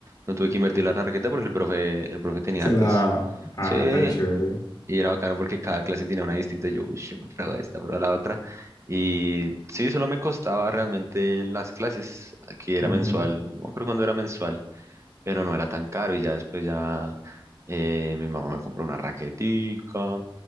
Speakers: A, on the right; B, on the left.
A: no tuve que invertir la raqueta porque el profe, el profe tenía
B: Se
A: hartas.
B: la... Ah,
A: Sí,
B: tan chévere.
A: y era bacano porque cada clase tenía una distinta. Yo, uy, prueba esta, prueba la otra. Y sí, solo me costaba realmente las clases. Aquí era
B: Ujú.
A: mensual, no me acuerdo cuándo era mensual, pero no era tan caro. Y ya después ya eh, mi mamá me compró una raquetica